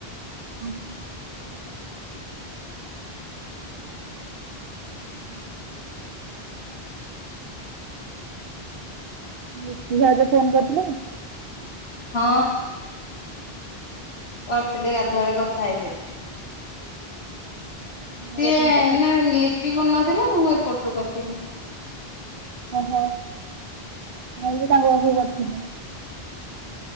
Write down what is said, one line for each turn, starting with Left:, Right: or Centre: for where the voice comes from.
Right: <unintelligible> <inaudible> ଲିପି ଭାଉଜ ଫୋନ କରିଥିଲେ?
Left: ହଁ କରିଥିଲେ ଗାଧୁଆବେଳେ କଥା ହେଇଥିଲି।
Right: ମୋ
Left: ସିଏ
Right: କତିକି ତ କରିଥିଲେ
Left: ନା ଲିପି କରିନଥିଲେ, ମୁଁ ଏପଟରୁ କରିଥିଲି।
Right: ଓହୋ, ମୁଁ ବି ତାଙ୍କ ପାଖକୁ କରିଥିଲି।